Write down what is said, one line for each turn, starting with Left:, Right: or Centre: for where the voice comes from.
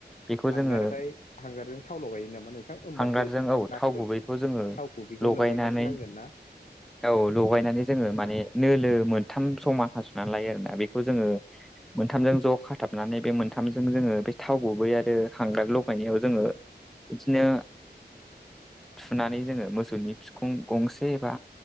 Centre: बेखौ
Left: हांगारनिफ्राय
Centre: जोङो
Left: हांगारजों थाव लगायो नामा नोंथां होमबासो
Centre: हांगारजों औ
Left: नांगोन
Centre: थाव गुबैखौ जोङो
Left: थावखौ बेखौ
Centre: लगायनानै
Left: लगायबासो नांगोन <inaudible>
Centre: औ लगायनानै जोङो माने नोलो मोनथाम समान हासुनानै लायो आरोना बेखौ जोङो मोनथामजों ज' खाथाबनानै बे मोनथामजों जोङो बे थाव गुबै आरो हांग्रा लगायनायाव जोङो बिदिनो थुनानै जोङो मोसौनि बिखुं गंसे एबा